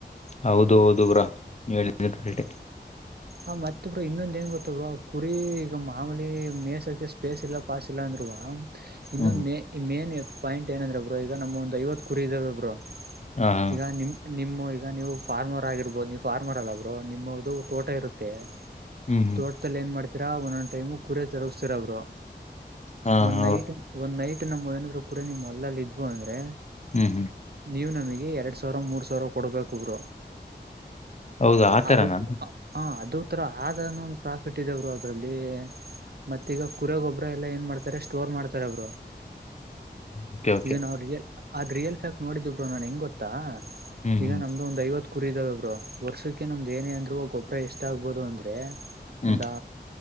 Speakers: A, on the left (about 40°); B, on the right (about 65°).
A: ಹೌದು ಹೌದು ಬ್ರೋ ನೀವ್ ಹೇಳಿದೆ ಕಾರಟೆ..
B: ಆ ಮತ್ತೆ ಬ್ರೋ ಇನ್ನೊಂದ್ ಏನ್ ಗೊತ್ತ ಬ್ರೋ ಕುರಿ ಈಗ ಮಾಮೂಲಿ ಮೇಹಿಸಕ್ಕೆ ಸ್ಪೇಸ್ ಇಲ್ಲ ಪಾಸ್ ಇಲ್ಲ ಅಂದ್ರೆ... ವಾ ಇನ್ನೊಂದ್
A: ಹ್ಮ್ ಹ್ಮ್
B: ಮ ಮೇನ್ ಪಾಯಿಂಟ್ ಏನಂದ್ರೆ ಬ್ರೋ ಈಗ ನಮ್ ಒಂದ್ ಐವತ್ ಕುರಿ ಇದಾವೆ ಬ್ರೋ....
A: ಹಾ ಹಾ
B: ಈಗ ನಿಮ್ ನಿಮ್ಮ ಈ... ಈಗ ನೀವು ಫಾರ್ಮರ್ ಆಗಿರ್ಬೋದು ನೀವು ಫಾರ್ಮರ್ ಅಲ್ಲ ಬ್ರೋ ನಿಮ್ಮದು ತೋಟ ಇರುತ್ತೆ...
A: ಹ್ಮ್ ಹ್ಮ್
B: ತೋಟದಲ್ಲಿ ಏನ್ ಮಾಡ್ತೀರಾ ಒಂದೊಂದ್ ಟೈಮ್ ಕುರಿ ತರಸ್ತೀರ ಬ್ರೋ...
A: ಹಾ
B: ಒಂದ್
A: ಹಾ
B: ನೈಟ್ ಒಂದ್ ನೈಟ್ ನಮ್ ಏನಾದ್ರು ಕುರಿ ನಿಮ್ ಹೊಲದಲ್ಲಿ ಇದ್ವು ಅಂದ್ರೆ...
A: ಹ್ಮ್ ಹ್ಮ್
B: ನೀವು ನಮಗೆ ಎರಡ್ ಸಾವಿರ ಮೂರು ಸಾವಿರ ಕೊಡ್ಬೇಕು ಬ್ರೋ...
A: ಹೌದು ಆತರ
B: ಅದು
A: ನಾ?
B: ಹ ಅದು ತರ ಅದನ್ನು ಒಂದು ಪ್ರಾಫಿಟ್ ಇದೆ ಬ್ರೋ ಅದ್ರಲ್ಲಿ... ಮತ್ತೆ ಈಗ ಕುರಿ ಗೊಬ್ಬರ ಎಲ್ಲಾ ಏನ್ ಮಾಡ್ತಾರೆ ಸ್ಟೋರ್ ಮಾಡ್ತಾರೆ ಬ್ರೋ...
A: ಓಕೆ ಓಕೆ
B: ಇದು ನಾವು ರಿಯಲ್ ಆದ ರಿಯಲ್ ಫ್ಯಾಕ್ಟ್ ನೋಡಿದು ಬ್ರೋ ನನ್ ಹೆಂಗ್ ಗೊತ್ತಾ...
A: ಹ್ಮ್
B: ಈಗ
A: ಹ್ಮ್
B: ನಮ್ದು ಒಂದ್ ಐವತ್ ಕುರಿ ಇದಾವೆ ಬ್ರೋ ವರ್ಷಕ್ಕೆ ನಮ್ದು ಏನೇ ಅಂದ್ರು ಗೊಬ್ಬರ್.... ಎಷ್ಟ್ ಆಗ್ಬಹುದು ಅಂದ್ರೆ
A: ಹ್ಮ್
B: ಒಂದು